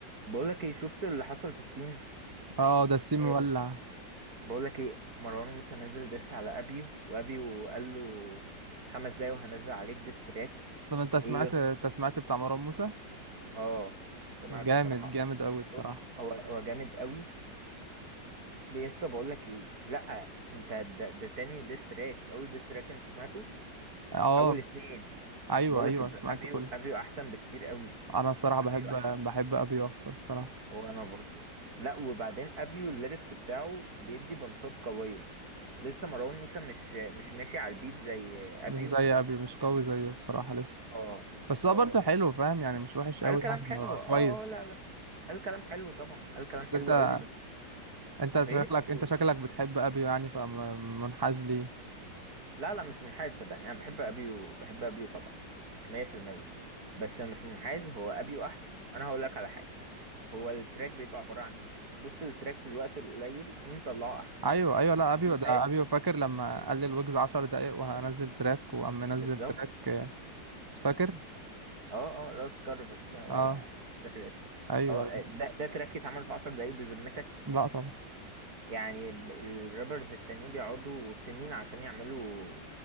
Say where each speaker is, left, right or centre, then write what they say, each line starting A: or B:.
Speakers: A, on the right; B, on the right.
A: بقولك ايه شفت اللي حصل في الصين
B: اه ده السيم
A: إيه.
B: مولع
A: بقولك ايه مروان موسى نزل ديس على ابيو وابيو قال له خمس دقايق وهنزل عليك ديس تراك
B: طب انت سمعت
A: ايه يا
B: انت
A: اسطى
B: سمعت بتاع مروان موسى
A: اه سمعته
B: جامد
A: صراحة
B: جامد قوي الصراحه
A: بص هو هو جامد قوي يا اسطى بقولك ايه لا انت ده, ده تاني ديس تراك اول ديس تراك انت سمعته
B: اه
A: اول اتنين
B: ايوه
A: بقولك
B: ايوه سمعت
A: ابيو
B: كله
A: ابيو احسن بكتير قوي
B: انا الصراحه بحب
A: ابيو
B: بحب ابيو اكتر الصراحه
A: وانا برضو لا وبعدين ابيو الليركس بتاعه بيدي بنشاط قويه لسه مروان موسى مش مش ماشي على البيت زي ابيو
B: مش زي ابيو مش قوي زيه الصراحه لسه
A: اه
B: بس
A: اه
B: هو برضه حلو فاهم يعني مش وحش
A: قال
B: قوي
A: كلام
B: يعني
A: حلو
B: هو
A: اه
B: كويس
A: اه لا لا قال كلام حلو طبعا قال كلام
B: بس
A: حلو
B: انت
A: قوي بس
B: انت
A: ايه
B: شكلك
A: قول.
B: انت شكلك بتحب ابيو يعني فمنحاز ليه
A: لا لا مش منحاز صدقني انا بحب ابيو بحب ابيو طبعا 100% بس مش منحاز هو ابيو احسن انا هقول لك على حاجه هو التراك بيبقى عباره عن ايه بص التراك في الوقت القليل مين طلعه احسن
B: ايوه ايوه لا ابيو
A: لوهات
B: ده ابيو فاكر لما قال لي الويجز 10 دقايق وهنزل تراك وقام منزل
A: بالظبط
B: تراك آه، فاكر
A: اه اه لاس كارفاس ده ولا
B: اه
A: مش فاكر اسمه
B: ايوه
A: اه
B: أيوة.
A: ده ده تراك اتعمل في عشر دقايق بذمتك
B: لا طبعا
A: يعني ب- الرابرز التانيين بيقعدوا سنين عشان يعملوا